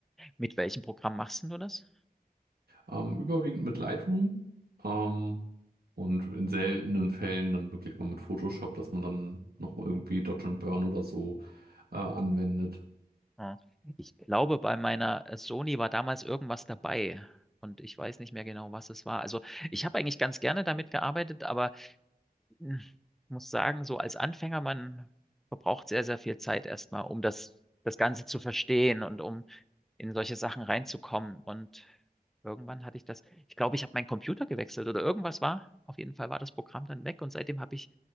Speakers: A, in the centre; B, on the right.
A: Mit welchem Programm machst denn du das?
B: ähm, überwiegend mit Lightroom ähm, und in seltenen Fällen dann wirklich mal mit Photoshop, dass man dann nochmal irgendwie Dodge and Burn oder so äh, anwendet.
A: Ja. Ich glaube, bei meiner äh, Sony war damals irgendwas dabei und ich weiß nicht mehr genau, was es war. Also ich habe eigentlich ganz gerne damit gearbeitet, aber hm, muss sagen, so als Anfänger, man verbraucht sehr, sehr viel Zeit erstmal, um das, das Ganze zu verstehen und um in solche Sachen reinzukommen. Und irgendwann hatte ich das, ich glaube, ich habe meinen Computer gewechselt oder irgendwas war. Auf jeden Fall war das Programm dann weg und seitdem habe ich